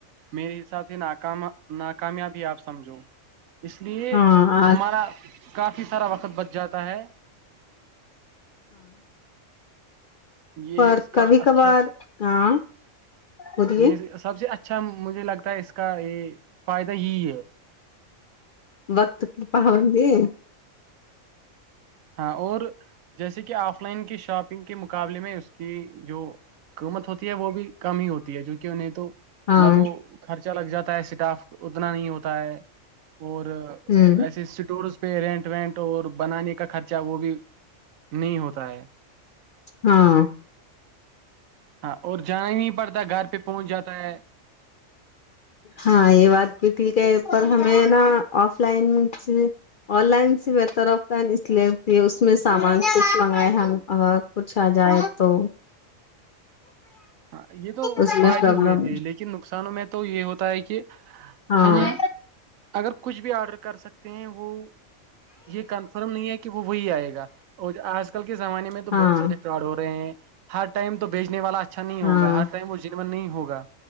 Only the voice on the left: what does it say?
ہاں
اور
کبھی کبھار
ہاں بولیے
وقت کی پابندی
ہاں
ہ
ہاں
ہاں یہ بات بھی ٹھیک ہے پر ہمیں نا آف لائن سے آن لائن سے بہتر آف لائن اس لیے اس میں سامان کچھ منگائے ہم ا کچھ آ جائے تو
اس میں
پرابلم
ہاں
ہاں
ہاں